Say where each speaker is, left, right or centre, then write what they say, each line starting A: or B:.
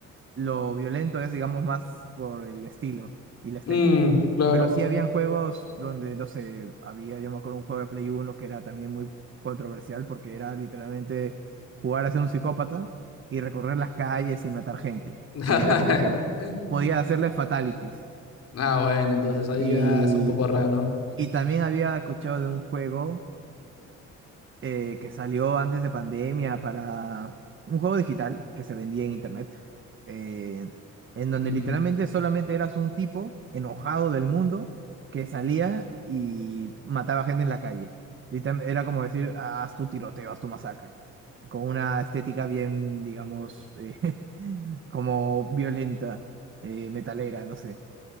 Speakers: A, on the right (about 40°); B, on the left (about 55°).
A: lo violento es, digamos, más por el estilo y la estética.
B: mm, claro.
A: Pero sí habían juegos donde, no sé, había, yo me acuerdo, un juego de Play uno que era también muy controversial porque era literalmente jugar a ser un psicópata y recorrer las calles y matar gente.
B: <laughs>
A: Y era como que podía hacerle fatalities.
B: Ah, bueno, entonces ahí
A: Y,
B: ya es un poco raro.
A: y también había escuchado de un juego eh, que salió antes de pandemia para un juego digital que se vendía en internet, eh, en donde
B: Ujú,
A: literalmente solamente eras un tipo enojado del mundo que salía y mataba gente en la calle. Literal- Era como decir, "Ah, haz tu tiroteo, haz tu masacre, con una estética bien, digamos, eh, <laughs> como violenta, eh, metalera, no sé